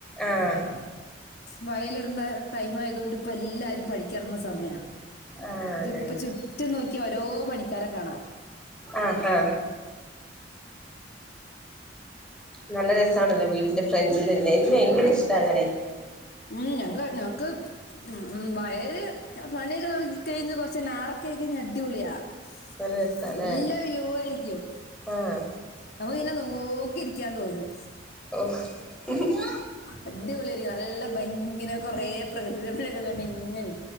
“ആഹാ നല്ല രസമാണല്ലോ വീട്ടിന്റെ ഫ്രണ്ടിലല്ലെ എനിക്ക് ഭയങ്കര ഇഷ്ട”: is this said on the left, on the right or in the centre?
Centre